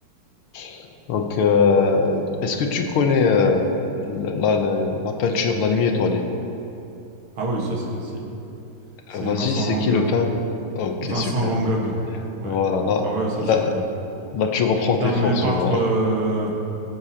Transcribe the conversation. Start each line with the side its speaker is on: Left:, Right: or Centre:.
Left: <laughs> Donc, euh, est-ce que tu connais euh, la, la- la peinture La Nuit étoilée?
Right: Ah oui, ça c'est facile. C'est
Left: Euh, Vas-y,
Right: Vincent
Left: c'est
Right: Van
Left: qui
Right: Gogh.
Left: le peintre? Ok,
Right: Vincent
Left: super.
Right: Van Gogh. Ouais.
Left: Voilà, là,
Right: Ah ouais, ça
Left: là,
Right: c'est,
Left: là, tu reprends
Right: c'est
Left: tes
Right: un
Left: forces,
Right: de mes peintres
Left: je vois.
Right: euh,